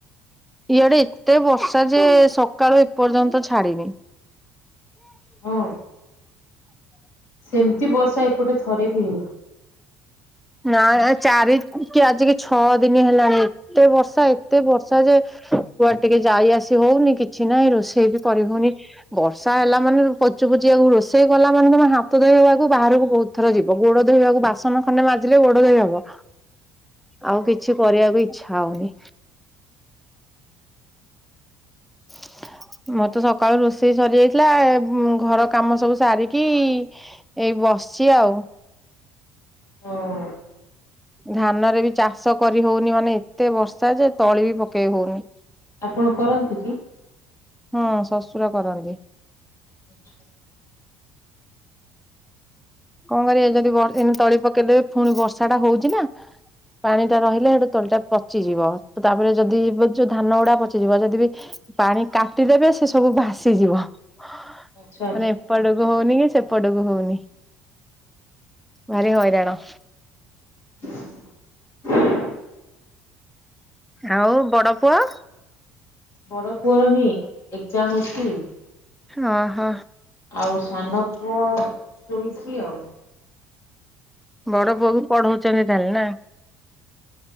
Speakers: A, in the centre; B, on the left.
A: ଇଆଡେ ଏତେ ବର୍ଷା ଯେ ସକାଳୁ ଏପର୍ଯ୍ୟନ୍ତ ଛାଡିନି।
B: ହଁ ସେମତି ବର୍ଷା ଏପଟେ ଥରେ ବି ହେଇନି।
A: ନା ଚାରି କି ଆଜିିକି ଛଅ ଦିନି ହେଲାଣି ଏତେ ବର୍ଷା ଏତେ ବର୍ଷା ଯେ କୁଆଡେ ଟିକେ ଯାଇ ଆସି ହଉନି କିଛି ନାହିଁ ରୋଷେଇ ବି କରି ହଉନି। ବର୍ଷା ହେଲା ମାନେ ପଚୁ ପୁଚିିଆକୁ ରୋଷେଇ କଲା ମାନେ ତମେ ହାତ ଧୋଇବାକୁ ବାହାରକୁ ବୋହୁତ୍ ଥର ଯିବ ଗୋଡ ଧୋଇବାକୁ ବାସନ ଖଣ୍ଡେ ମାଜ୍ ଥିଲେ ଗୋଡ ଧୋଇ ହବ ଆଉ କିଛି କରିବାକୁ ଇଚ୍ଛା ହଉନି। <inaudible> ମତେ ସକାଳୁ ରୋଷେଇ ସରି ଯାଇଥିଲା। ଘର କାମ ସବୁ ସାରିକି ଏଇ ବସଚି ଆଉ।
B: ହଁ
A: ଧାନରେ ବି ଚାଷ କରି ହଉନି ମାନେ ଏତେ ବର୍ଷା ଯେ ତଳି ବି ପକେଇ ହୋଉନି।
B: ଆପଣ କରନ୍ତି କି?
A: ହଁ ଶ୍ୱଶୁର କରନ୍ତି।
B: ଆଚ୍ଛା।
A: ହଁ ରେ ଯଦି ବ ଏମ୍ ତଳି ପକେଇଦେବେ ପୁଣି ବର୍ଷା ଟା ହଉଚି ନା। ପାଣି ଟା ରହିଲେ ସେ ତଳିଟା ପଚିଯିବ ତ ତାପରେ ଯଦି ଯୋଉ ଧାନ ଗୁଡା ପଚିଯିବ। ଯଦି ବି ପାଣି କାଟିଦେବେ ସେ ସବୁ ଭାସିଯିବ ମାନେ
B: ଆଚ୍ଛା ଆଚ୍ଛା
A: ଏପଟକୁ ହଉନି କି ସେପଟ ଡକୁ ହଉନି। ଭାରି ହଇରାଣ।
B: ହ
A: ଆଉ ବଡ ପୁଅ?
B: ବଡ ପୁଅର ହିଁ ଏକ୍ଜାମ୍ ଅଛି।
A: ଅଁ ହ।
B: ଆଉ ସାନ ପୁଅ ଶୋଇଚି ଆଉ।
A: ହ ବଡ ପୁଅକୁ ପଢଉଚନ୍ତି ତାହଲେ ନା?